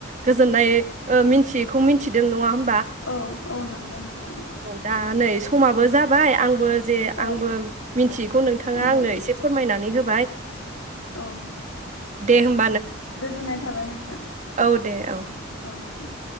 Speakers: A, on the right; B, on the left.
A: गोजोननाय ओ मिथियैखौ मिथिदों नङा होम
B: औ औ नंगौ नोंथां औ
A: दा नै समाबो जाबाय आंबो जे आंबो
B: औ
A: मिन्थियैखौ नोंथाङा
B: दे
A: आंनो एसे फोरमायनानै होबाय
B: औ
A: दे होम
B: गोजोननाय थाबाय नोंथां
A: औ दे औ।
B: औ होम